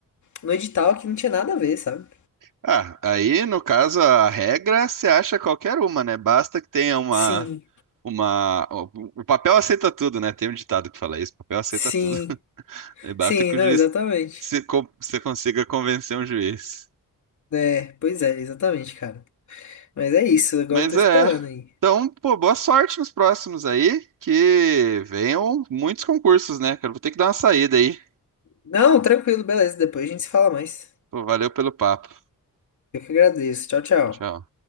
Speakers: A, on the left; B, on the right.
A: no edital que não tinha nada a ver, sabe?
B: Ah, aí no caso a regra se acha qualquer uma, né? Basta que tenha uma,
A: Sim,
B: uma... O papel aceita tudo, né? Tem um ditado que fala isso, o papel aceita
A: sim,
B: tudo. <laughs> E basta
A: sim,
B: que
A: não,
B: o juiz
A: exatamente.
B: se, con- você consiga convencer um juiz.
A: É, pois é, exatamente, cara. Mas é isso, agora
B: Mas
A: eu tô esperando
B: é.
A: aí.
B: Então, pô, boa sorte nos próximos aí, que venham muitos concursos, né? Cara, vou ter que dar uma saída aí.
A: Não, tranquilo, beleza, depois a gente se fala mais.
B: Pô, valeu pelo papo.
A: Eu que agradeço. Tchau, tchau.
B: Tchau.